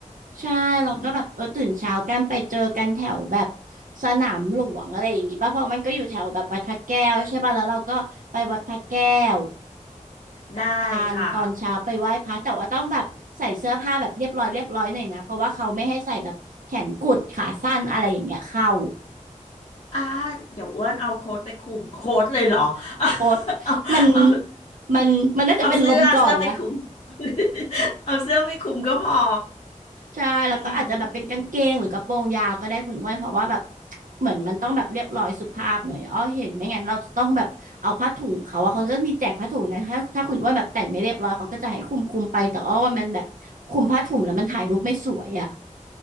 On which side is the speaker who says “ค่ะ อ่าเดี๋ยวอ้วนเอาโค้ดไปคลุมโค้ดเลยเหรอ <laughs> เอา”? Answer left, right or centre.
Left